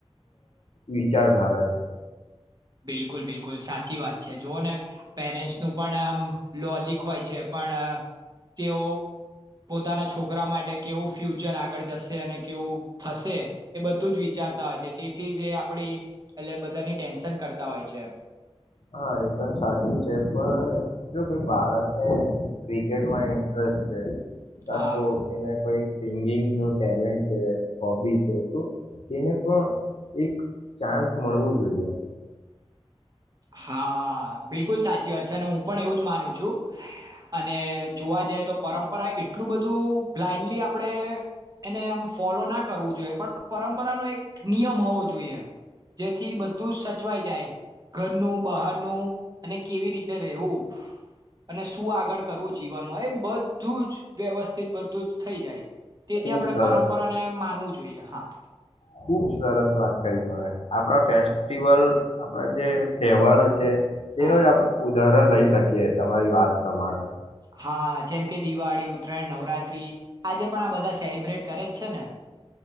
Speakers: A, on the left; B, on the right.
A: વિચારધારા છે.
B: બિલકુલ બિલકુલ સાચી વાત છે જુઓ ને પેરેન્ટસનું પણ આમ લોજિક હોય છે પણ તેઓ પોતાના છોકરા માટે કેવું ફ્યુચર આગળ જશે અને કેવું થશે એ બધું જ વિચારતા હોય છે તેથી જે આપણી એટલે બધાની ટેન્શન કરતા હોય છે.
A: હા એ પણ સાચું છે. પણ જો કોઈ બાળકને ક્રિકેટમાં ઇન્ટરેસ્ટ છે. કા
B: હા
A: તો એને કોઈક સિંગિંગ નું ટેલેન્ટ છે હોબી છે તો એને પણ એક ચાન્સ મળવો જોઈએ.
B: હા બિલકુલ સાચી વાત છે અને હું પણ એવું જ માનું છું અને જોવા જઈએ તો પરંપરા એટલું બધું બ્લાઈન્ડલી આપણેે એને એમ ફોલો ના કરવું જોઈએ પણ પરંપરાનો એક નિયમ હોવો જોઈએ. જેથી બધું જ સચવાઈ જાય. ઘરનું બહારનું અને કેવી રીતે રહેવું અને શું આગળ કરવું જીવનમાં એ બધું જ વ્યવસ્થિત બધું જ થઈ જાય. તેથી
A: ખુબ
B: આપણે
A: સરસ
B: પરંપરાને માનવું જોઈએ. જોઈએ હા.
A: <inaudible> સરસ વાત કરી આપણા ફે સ્ટિવલ આપણા જે તહેવારો છે. તેનો
B: હા
A: જ આપડે ઉદાહરણ લઈ શકીએ તમારી વાત પ્રમાણે
B: હા જેમ કે દિવાળી ઉતરાયણ નવરાત્રી આજે પણ આ બધા સેલિબ્રેટ કરે જ છે ને